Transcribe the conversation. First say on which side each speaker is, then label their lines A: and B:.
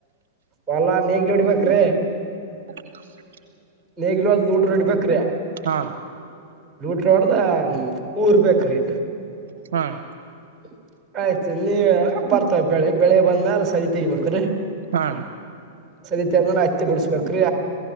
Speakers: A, on the right; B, on the right.
A: ಹೊಲ ನೇಗ್ಲ್ ಹೊಡಿಬೇಕ ರೀ
B: ಹ <inaudible>
A: <unintelligible> ನೇಗಿಲ ಹೊಡದ ಲೂಟರ ಹಿಡಿಬೇಕು ಕ್ರ
B: ಹಾ
A: ಲೋಟ್ ಲೂಟರ್ ಹೊಡದ ಊರ್ ಬೇಕ್ರಿ
B: ಹ್ಮ್
A: ಹ್ಮ <inaudible> ಆಯ್ತು ನೀ ಬರ್ತ ಬೆಳಿ <unintelligible> ಬೆಳ ಬಂದಗ ಸರಿ ತಗಬೇಕ್ರೀ
B: ಹಾ
A: <unintelligible> ಸದತ್ಯ ಅದ ಮೇಲೆ ಹತ್ತಿ ಬಿಡಿಸಬೇಕ್ರೀ